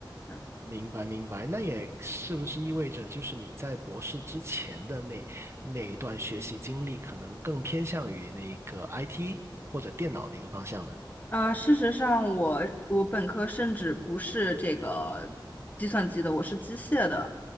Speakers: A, on the left (about 20°); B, on the right (about 35°).
A: 对。
B: 明白明白。那也是不是意味着，就是你在博士之前的那那一段学习经历，可能更偏向于那个 IT 或者电脑那个方向呢？
A: 呃，事实上我，我本科甚至不是这个计算机的，我是机械的。